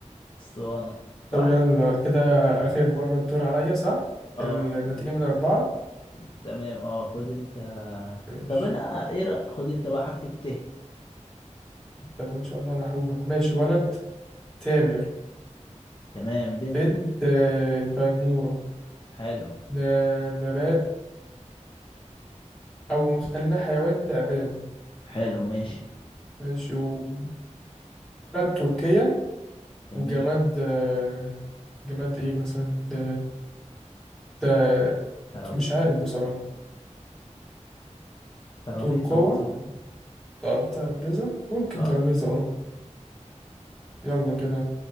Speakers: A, on the left; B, in the centre.
A: اسطوانة صح
B: طب يلا كده آخر مرة الدور عليا صح؟
A: اه
B: النتيجة
A: خد انت
B: من أربعة
A: تمام اه خد انت
B: ماشي
A: طب انا ايه رأ... خد انت بقى حرف الت
B: طب إن شاء الله أنا هروبك ماشي ولد تامر
A: تمام بنت
B: بنت آه، تيمورة
A: حلو
B: ن- نبات أو خلينا حيوان تعبان
A: حلو ماشي
B: ماشي وبلد تركيا
A: جميل
B: وجماد آه، جماد إيه مثلا ت... ت...
A: ترابيزة
B: مش عارف
A: مثلا
B: بصراحة
A: ترابيزة
B: تركوة
A: مثلا
B: ت- ترابيزة ممكن
A: اه
B: ترابيزة اه يلا كده